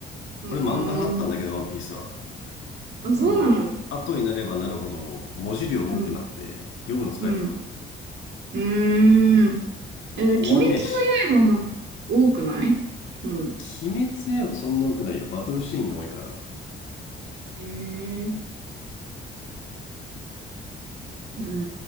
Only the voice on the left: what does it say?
俺漫画派だったんだけどワンピースは
あの後になればなるほど文字量多くなって読むの疲れた
ほんと終わんねえし
鬼滅の刃そんな多くないよ。バトルシーンが多いから。